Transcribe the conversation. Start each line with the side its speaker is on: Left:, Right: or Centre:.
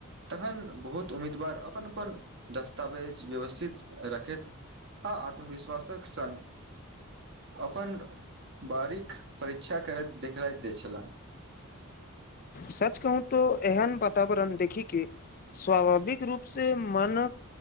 Right: तखन बहुत उम्मीदवार अपन अपन दस्तावेज व्यवस्थित रखैत हँ आत्मविश्वासक संग अपन बारीक परीक्षा करैत देखाइ दैत छलाह
Left: सच कहू तो एहन वातावरण देखि के स्वाभाविक रूप से मनक